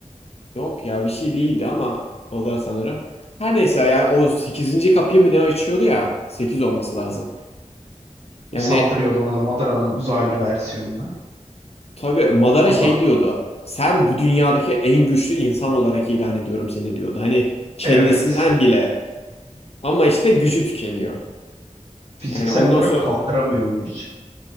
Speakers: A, on the left (about 50°); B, on the right (about 55°).
A: yok ya bir şey değildi ama o da sanırım. Her neyse yani o sekizinci kapıyı mı ne açıyordu ya? sekiz olması lazım. Yani
B: Saldırıyordu orada Madara'nın uzaylı versiyonuna.
A: tabii Madara
B: Adam
A: şey diyordu. Sen bu dünyadaki en güçlü insan olarak ilan ediyorum seni diyordu. Hani kendisinden
B: evet
A: bile. Ama işte gücü tükeniyor.
B: fiziksel
A: Yani ondan
B: olarak
A: sonra
B: kaldıramıyor o gücü.